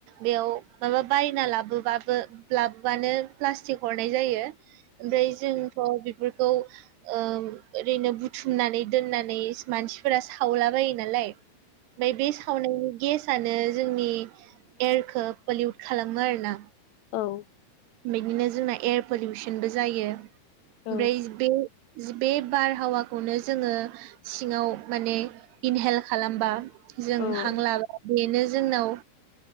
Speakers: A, on the right (about 80°); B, on the left (about 85°).
A: बेयाव माबा बायना लाबोबाबो लाबबानो प्लास्टिक हरनाय जायो ओमफ्राय जोंथ' बेफोरखौ ओम ओरैनो बुथुमनानै दोननानै मानसिफोरा सावलाबायो नालाय ओमफाय बे सावनायनि गेसानो जोंनि एयारखौ पलिउट खालामो आरोना
B: औ
A: बिदिनो जोंना एयार पलिउसनबो जायो ओमफ्राय
B: औ
A: बे बे बारहावाखौनो जोङो सिङाव माने इनहेल खालामबा जों
B: औ
A: हांलाबा बेनो जोंनाव